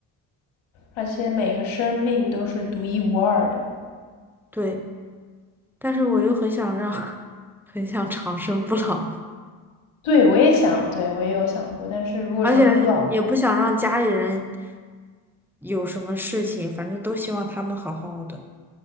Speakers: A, on the left; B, in the centre.
A: 而且每个生命都是独一无二的。
B: 对，但是我又很想让，<laughs> 很想长生不老，
A: 对，我也想，对，我也有想过，但是如果长生不老的话，
B: 而且也不想让家里人有什么事情，反正都希望他们好好的。